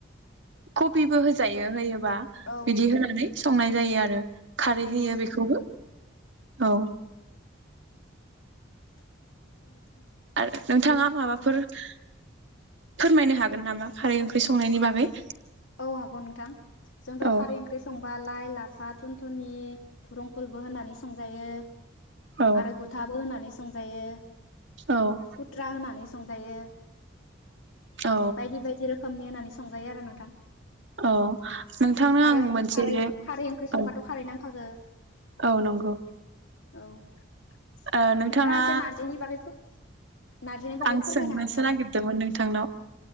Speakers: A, on the right; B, on the left.
A: कबिबो होजायो होयोबा
B: औ
A: बिदि होनानै संनाय जायो आरो खारै
B: नंगौ
A: होयो
B: नोंथां
A: बेखौबो औ
B: <unintelligible>
A: आरो नोंथाङा माबाफोर फोरमायनो हागोन नामा? खारै ओंख्रि संनायनि बागै
B: औ हागौ नोंथां जोंथ'
A: औ
B: खारै ओंख्रि संबा लाइ लाफा थुन थुनि थुरंपुल बो होनानै संजायो
A: औ
B: आरो गुथाबो होनानै सं संजायो
A: औ
B: खुथ्रा होनानै संजायो
A: औ
B: बायदि बायदि रोखोमनि होनानै सं जायो आरो नोंथां
A: औ नोंथांनो
B: आरो
A: आं मोनसे
B: खारै खारै ओंख्रि संबाथ'
A: औ
B: खारै <inaudible>
A: औ नंगौ
B: औ नोंथाङा
A: ओ नोंथाङा
B: एसे नारजिनि बागै फो नारजिनि बागै
A: आं
B: फोरमायनो
A: सोंनोसो
B: हागोन नामा?
A: नागिरदोंमोन नोंथांनाव